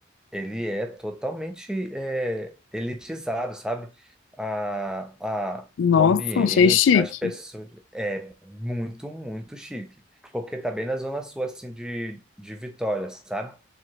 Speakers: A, in the centre; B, on the left.
A: ele é totalmente é, elitizado, sabe? A, a,
B: Nossa,
A: o ambiente,
B: achei chique.
A: as pessoas, é muito, muito chique, porque tá bem na zona sul, assim, de, de Vitória, sabe?